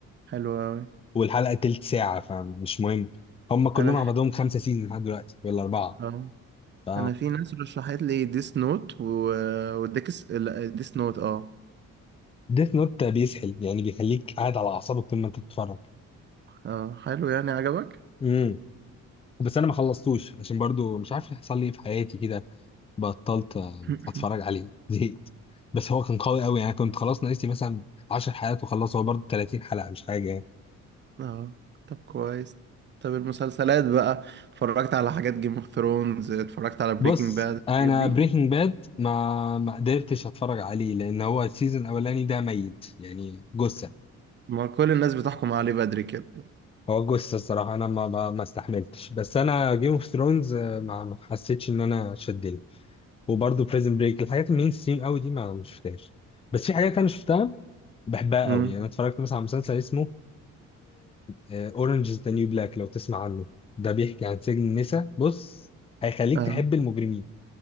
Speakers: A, on the right (about 35°); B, on the left (about 20°).
A: حلوه قوي
B: والحلقة تلت ساعة فمش مهم هم كلهم
A: انا
B: على
A: في
B: بعضهم خمسة سيزون لحد دلوقتي ولا أربعة
A: آه.
B: ف
A: انا في ناس رشحت لي ديس نوت و... وديكس لا ديس نوت اه
B: ديث نوت بيسحل يعني بيخليك قاعد على أعصابك طول ما أنت بتتفرج
A: اه حلو يعني عجبك
B: امم بس أنا ما خلصتوش عشان برضو مش عارف حصل لي إيه في حياتي كده بطلت آه،
A: <laughs>
B: أتفرج عليه <laughs> زهقت بس هو كان قوي قوي يعني كنت خلاص ناقص لي مثلا 10 حلقات وخلص هو برضو 30 حلقة مش حاجة يعني.
A: اه طب كويس طب المسلسلات بقى اتفرجت على حاجات جيم اوف ثرونز اتفرجت على بريكنج
B: بص
A: باد الحاجات
B: انا
A: دي
B: بريكنج باد ما ما قدرتش اتفرج عليه لان هو السيزون الاولاني ده ميت يعني جثه
A: ما كل الناس بتحكم عليه بدري كده
B: هو جثه الصراحه انا ما ما ما استحملتش بس انا جيم اوف ثرونز ما ما حسيتش ان انا شدني وبرضه بريزن بريك الحاجات المين ستريم قوي دي ما ما شفتهاش بس في حاجات انا شفتها بحبها
A: امم
B: قوي يعني أنا اتفرجت مثلا على مسلسل اسمه اورنج از ذا نيو بلاك لو تسمع عنه ده بيحكي عن سجن النساء بص هيخليك
A: اه
B: تحب المجرمين